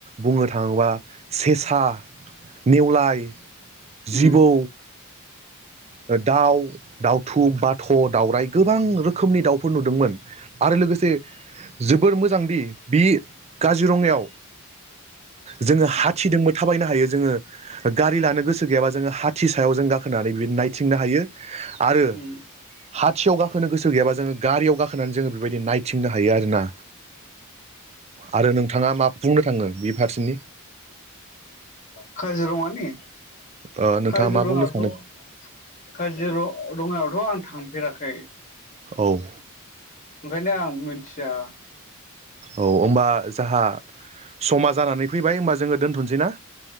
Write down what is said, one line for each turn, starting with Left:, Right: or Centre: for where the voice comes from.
Right: बुंनो थाङोबा सेसा नेवलाय जिबौ
Left: उम
Right: ओ दाव दावथु बाथ' दावराय गोबां रोखोमनि दाव फुर नुदोंमोन। आरो लोगोसे जोबोर मोजांदि बि काजिरङायाव जोङो हाथिदोंमोन थाबायनो हायो जोङो गारि लानो गोसो गैयाबा जोङो हाथि सायाव जों गाख होनानै बिबायदि नाय थिंनो हायो आरो
Left: उम
Right: हाथियाव गाखोनो गोसो गैयाबा जोङो गारियाव गाखोनानै जोङो बेबायदि नायथिंनो हायो आरोना। आरो नोंथाङा मा बुंनो थाङो बे फारसेनि
Left: <inaudible> खाजिरंआनि?
Right: ओ नोंथाङा
Left: काजिरङायावथ'
Right: मा बुंनो सानो
Left: काजिर रङायावथ' आं थांफेराखै
Right: औ
Left: ओंखायनो आं मिनथिया।
Right: औ होमबा जाहा समा जानानै फैबाय होमबा जोङो दोन्थ'सै ना?